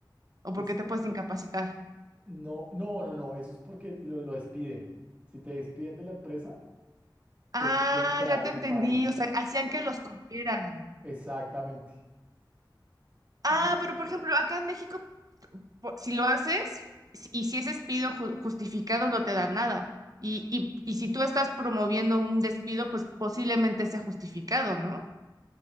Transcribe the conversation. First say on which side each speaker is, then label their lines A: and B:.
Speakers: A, on the right; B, on the right.
A: o
B: Es,
A: por qué te puedes incapacitar.
B: no, no, no, no. Eso es porque lo, lo despiden. Si te despiden de la empresa,
A: Ah,
B: te tienen que dar
A: ya te
B: el
A: entendí.
B: paro.
A: O sea, hacían que los corrieran.
B: Exactamente.
A: Ah,
B: Y
A: pero por ejemplo, acá en México, po- si lo haces si- y si es despido ju- justificado, no te dan nada. Y, y, y si tú estás promoviendo un despido, pues posiblemente sea justificado, ¿no?